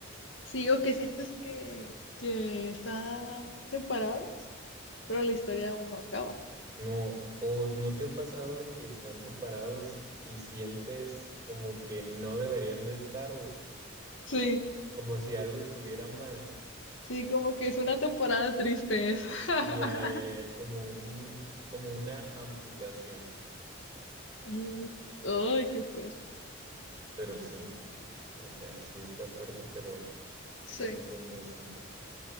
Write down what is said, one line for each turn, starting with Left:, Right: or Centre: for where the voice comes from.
Left: sí, o que sientes que, que están separados, pero la historia aún no acaba.
Right: No, o no te ha pasado de que están separados y sientes como que no deberían de estarlo,
Left: Sí,
Right: como si algo estuviera mal.
Left: sí, como que es una temporada triste esa. <laughs>
Right: Ya, ya, ya, como un, como una amputación.
Left: Mm, Ay, qué fuerte.
Right: Pero sí, o sea, sí está fuerte, pero
Left: Sí.
Right: sí se siente así.